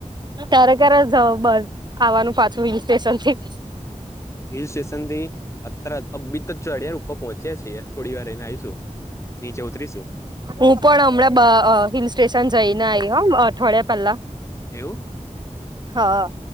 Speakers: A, on the right; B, on the left.
A: તારે ક્યારે જાવ બસ આવાનું પાછું હિલ સ્ટેશન થી
B: હિલ સ્ટેશન થી અતરત અ બી તો ચડિાર ઉપર પહોંચ્યા છીએ થોડી વાર એ આવીશું. નીચે ઉતરીશું
A: હું પણ હમણાં હિલ સ્ટેશન જઈને આવીઈ હમ અઠવાડિયા પહેલા.
B: એવું?
A: હા